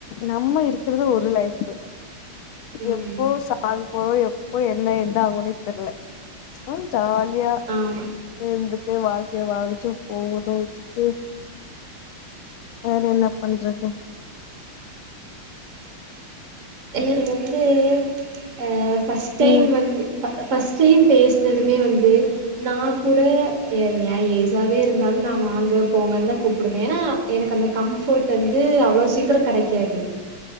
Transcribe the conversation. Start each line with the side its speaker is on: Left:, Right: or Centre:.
Left: நம்ம இருக்குறது ஒரு லைஃப்
Right: ம்
Left: எப்போ சாவ போறோ எப்போ என்ன என்ன ஆகுன்னே தெரில்ல அ ஜாலியா
Right: ஆமா
Left: இருந்து ட்டு வாழ்க்கைய வாழ்ந்துட்டு போகணு எதுக்கு வேற என்ன பண்றது
Right: எனக்கு வந்து அ ஃபஸ்ட் டைம்
Left: ம்
Right: வந் ஃபர்ஸ்ட் டைம் பேசுனதுமே வந்து நா கூட ஏ ஏ ஏஜாவே இருந்தாலு நா வாங்க போங்கன் தா கூப்புடுவே ஏன்னா எனக்கு அந்த கம்ஃபர்ட் வந்து அவ்வளோ சீக்கிரோ கெடைக்காது